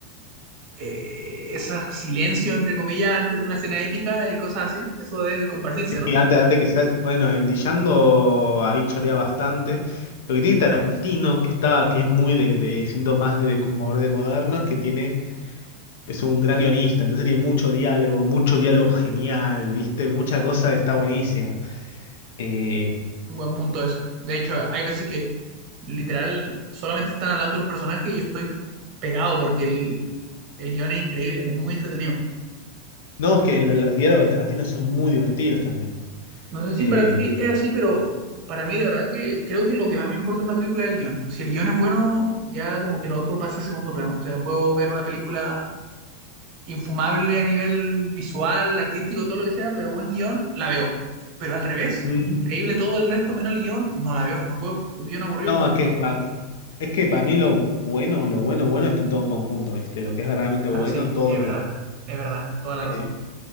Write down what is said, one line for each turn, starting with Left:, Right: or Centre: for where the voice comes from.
Right: eh, ese silencio, entre comillas, antes de una escena épica y cosas así, eso debe compartirse, ¿no?
Left: Sí, antes, antes que sea, bueno, en Django ahí chorea bastante. Lo que tiene Tarantino, que está, que es muy de, de siento más de, como de moderno, es que tiene, es un gran guionista, entonces tiene mucho diálogo, mucho diálogo genial, ¿viste? Mucha cosa que está buenísima. Eh,
Right: Un buen punto eso. De hecho, hay veces que literal solamente están hablando los personajes y yo estoy pegado porque el, el guión es increíble, es muy entretenido.
Left: no, es que lo- los diálogos de Tarantino son muy divertidos también.
Right: No sé si
Left: Eh,
Right: para ti es así, pero para mí de verdad que creo que lo que más me importa en una película es el guión. Si el guión es bueno, ya como que lo otro pasa a segundo plano. O sea, puedo ver una película infumable a nivel visual, artístico, todo lo que sea, pero buen guión, la veo. Pero al revés,
Left: mm,
Right: increíble todo el resto, menos el guión, no la veo, no puedo. Un guión aburrido,
Left: no,
Right: no.
Left: es que
Right: no.
Left: pa- es que para mí lo bueno, lo bueno, bueno está en todo conjunto, ¿viste? Lo que es realmente
Right: Bueno,
Left: bueno,
Right: sí,
Left: todo
Right: sí, es
Left: es
Right: verdad,
Left: bueno.
Right: es verdad, toda la
Left: Eh,
Right: razón,